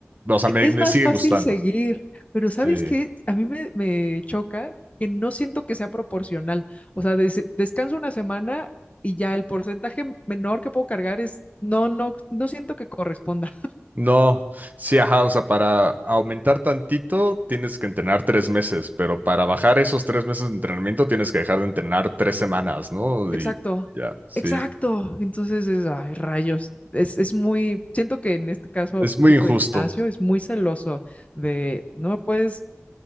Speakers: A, on the right (about 35°); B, on the left (about 30°).
A: o sea,
B: e-
A: me,
B: es
A: me
B: más
A: sigue
B: fácil
A: gustando.
B: seguir, pero ¿sabes
A: Sí.
B: qué? A mí me, me choca que no siento que sea proporcional. O sea, des- descanso una semana y ya el porcentaje menor que puedo cargar es, no, no, no siento que corresponda.
A: No, sí, ajá, o sea, para aumentar tantito tienes que entrenar tres meses, pero para bajar esos tres meses de entrenamiento tienes que dejar de entrenar tres semanas, ¿no?
B: Exacto,
A: Y ya, sí,
B: exacto.
A: es,
B: Entonces es, ay, rayos. Es, es muy, siento que en este caso,
A: es
B: justo
A: muy injusto.
B: de gimnasio, es muy celoso de no me puedes,